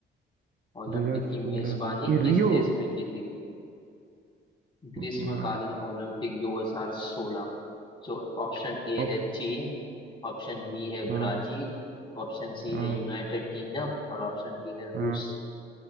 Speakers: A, on the left (about 25°); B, on the right (about 50°).
A: ओलंपिक
B: दो हजार सोलह
A: की मेजबानी
B: ये
A: किस
B: रियो
A: देश में की थी ग्रीष्मकालीन
B: म- म-
A: ओलंपिक 2016 जो ऑप्शन ए
B: ऑप्श
A: है चीन ऑप्शन बी है ब्राजील
B: हाँ
A: ऑप्शन सी
B: हाँ
A: है यूनाइटेड किंगडम और ऑप्शन डी है
B: हाँ
A: रूस